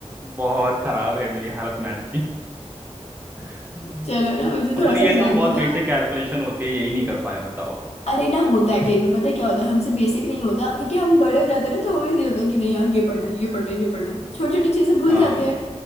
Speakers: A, on the right; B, on the left.
A: बहुत खराब है मेरी हालत मैथ की हम्म।
B: चलो ना मुझे
A: मतलब
B: थोड़ा
A: ये
B: सा जानना
A: तो बहुत बेसिक
B: था
A: कैलकुलेशन होती है यही नहीं कर पाया बताओ
B: अरे ना होता है कई बार पता है क्या होता है हमसे बेसिक नहीं होता क्योंकि हम बड़े हो जाते हैं ना तो हमें ये होता है कि नहीं यार ये पढ़ना है ये पढ़ना है ये पढ़ना है छोटी छोटी चीजें भूल
A: हाँ
B: जाते हैं